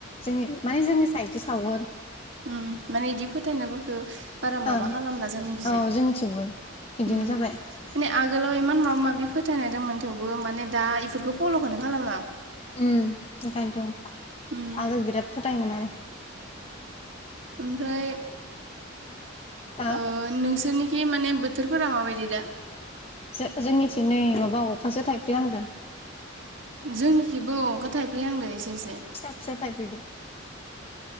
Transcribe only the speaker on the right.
उ माने बिदि फोथायनायफोरखो बारा माबा
खालामला जोंनिखिजाय
माने
आगोलाव इमान माबा माबि फोथायनाय दंमोन थेवबो माने दा इफोरखौ फलखौनो खालामला
उम
ओमफ्राय
ओ नोंसोरनि खि माने बोथोरफोरा माबायदि दा
जोंनिखिबो अखा थायफ्रि हांदो एसे एसे